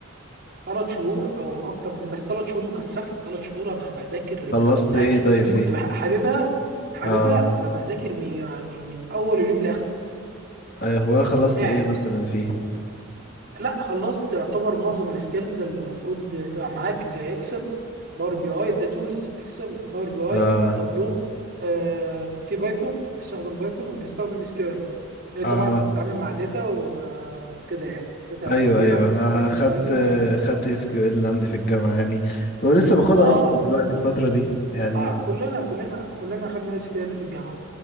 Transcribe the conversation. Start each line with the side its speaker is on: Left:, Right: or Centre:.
Right: ثلاث شهور او اكتر من بس ثلاث شهور مكثفه ثلاث شهور انا بذاكر
Left: خلصت
Right: يعني
Left: ايه طيب
Right: لان
Left: فيه
Right: كنت بح- حاببها حاببها
Left: اه
Right: فبذاكر من- يعني من اول اليوم لاخره
Left: ايوه اخبار خلصت
Right: قاعد
Left: ايه مثلا فيه
Right: لا خلصت يعتبر معظم السكيلز اللي المفروض تبقى معاك زي اكسل باور بي اي ده تولز اكسل باور بي
Left: اه
Right: اي تابلو آه في بايثون بنستخدم بايثون وبنستخدم اس كيو ال
Left: اه
Right: طبعا انت بتتعامل مع داتا و- آه، وكده يعني داتا
Left: ايوه
Right: كبيره
Left: ايوه
Right: فانت
Left: انا
Right: محتاج اس
Left: خدت
Right: كيو ال وحاجات من دي
Left: خدت اس كيو ال عندي في الجامعة يعني ولسه باخدها
Right: اه
Left: اصلا دلوقتي الفترة دي يعني
Right: اه كلنا كلنا كلنا اخدنا اس كيو ال في الجامعه